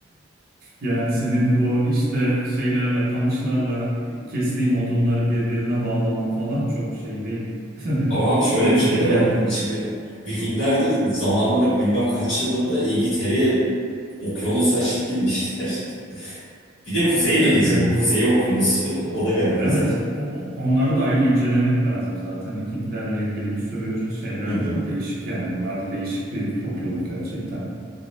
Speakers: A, on the right (about 55°); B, on the left (about 70°).
A: Yani senin o işte şeylerle, kamışlarla kestiğin odunları birbirine bağlaman falan çok şey değil. <laughs>
B: Ama abi şöyle
A: Mantıklı
B: bir şey de
A: gelmiyor.
B: var. Şimdi Vikingler de zamanında bilmem kaç yılında İngiltere'ye okyanus aşıp girmişler. <laughs> Bir de Kuzey
A: Evet
B: Denizi
A: ki
B: bu. Kuzey Okyanusu. <laughs> O da garip
A: Evet,
B: mesela.
A: o, o- onları da ayrı incelemek lazım zaten. Vikinglerle ilgili bir sürü şeyler
B: Hı hı.
A: var. Değişik yani. Onlar da değişik bir topluluk gerçekten.